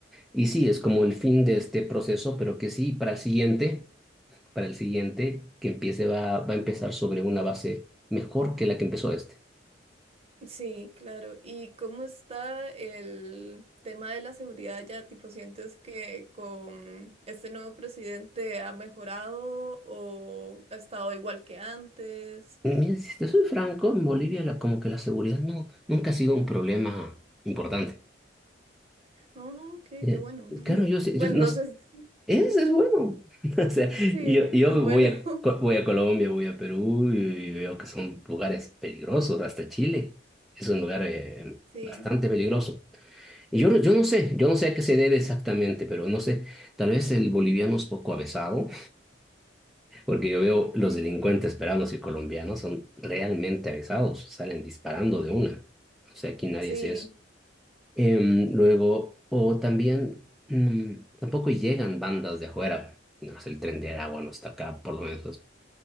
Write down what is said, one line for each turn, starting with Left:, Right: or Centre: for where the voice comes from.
Centre: Y sí, es como
Right: mm.
Centre: el fin de este proceso, pero que sí, para el siguiente, para el siguiente, que empiece, va, va a empezar sobre una base mejor que la que empezó este.
Right: Sí, claro. ¿Y cómo está el tema de la seguridad ya? Tipo, ¿sientes que con este nuevo presidente ha mejorado o ha estado igual que antes?
Centre: Mira, si te soy franco, en Bolivia la, como que la seguridad no, nunca ha sido un problema importante.
Right: Oh, ok,
Centre: Eh,
Right: qué bueno. <laughs>
Centre: claro, yo, sé-
Right: Bueno,
Centre: yo no
Right: no
Centre: s-
Right: sé. si-
Centre: es, es bueno. <laughs> O sea,
Right: Sí,
Centre: yo, yo
Right: es bueno.
Centre: voy a,
Right: <laughs>
Centre: Co- voy a Colombia, voy a Perú y veo que son lugares peligrosos, hasta Chile es un lugar eh,
Right: Sí,
Centre: bastante peligroso. Y yo, no- yo no sé, yo no sé a qué se debe exactamente, pero no sé, tal vez el boliviano es poco avesado. Porque yo veo los
Right: sí,
Centre: delincuentes peruanos y colombianos son realmente avisados, salen disparando de una. O sea, aquí nadie
Right: sí.
Centre: hace eso. Em, luego, o también, mm, tampoco llegan bandas de afuera. No sé, el Tren de Aragua no está acá, por lo menos,